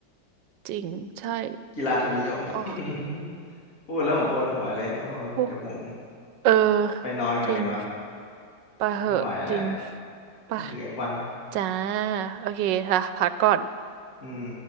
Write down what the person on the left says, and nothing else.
กีฬาทุนนิยม
<laughs> พูดแล้วผมปวดหัวเลยโอ้โหเดี๋ยวผม
ไปนอนก่อนดีกว่า
ไม่ไหวแล้ว
พูดถึงเอฟวัน
อืม